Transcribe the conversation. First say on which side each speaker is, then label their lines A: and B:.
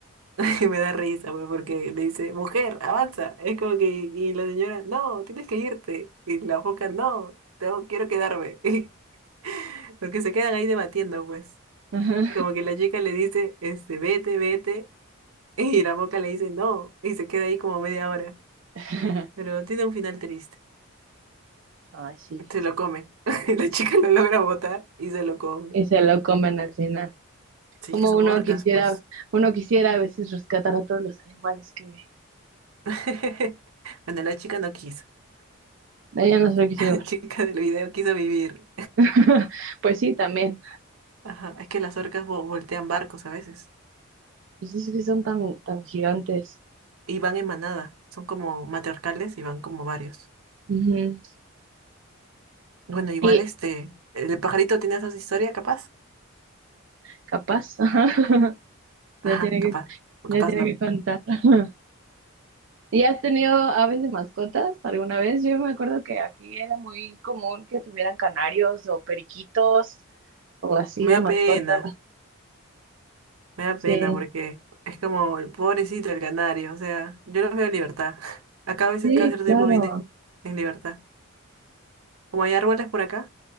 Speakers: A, on the right; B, on the right.
A: <laughs> que me da risa, pues, porque le dice, mujer, avanza. Es como que, y la señora, no, tienes que irte. Y la foca, no, tengo- quiero quedarme. <laughs> Porque se quedan ahí debatiendo, pues.
B: Ajá.
A: Como que la chica le dice, este, vete, vete. <laughs> Y la foca le dice, no. Y se queda ahí como media hora.
B: <laughs>
A: Pero tiene un final triste.
B: Ay, sí.
A: Se lo come. <laughs> La chica lo logra botar y se lo come.
B: Y se lo comen al final.
A: Sí,
B: Como
A: es que son
B: uno
A: orcas,
B: quisiera,
A: pues.
B: uno quisiera a veces rescatar a todos los animales que ve.
A: <laughs> Bueno, la chica no quiso.
B: Ella no se
A: <laughs>
B: lo quiso llevar.
A: La chica del video quiso vivir.
B: <laughs> Pues sí, también.
A: Ajá, es que las orcas vo- voltean barcos a veces.
B: Pues sí, sí que son tan, tan gigantes.
A: Y van en manada. Son como matriarcales y van como varios.
B: Ujú.
A: Bueno, igual
B: Y
A: este. El pajarito tiene esa historia, capaz.
B: Capaz, <laughs>
A: Ajá,
B: Ya tiene
A: capaz.
B: que,
A: O
B: ya
A: capaz
B: tiene
A: no.
B: que contar. <laughs> ¿Y has tenido aves de mascotas alguna vez? Yo me acuerdo que aquí era muy común que tuvieran canarios o periquitos o así
A: Me
B: de
A: da
B: mascotas.
A: pena. Me da
B: Sí,
A: pena porque es como el pobrecito el canario. O sea, yo los veo en libertad. <laughs> Acá a veces
B: sí,
A: cada cierto
B: claro.
A: tiempo vienen en libertad. Como hay árboles por acá.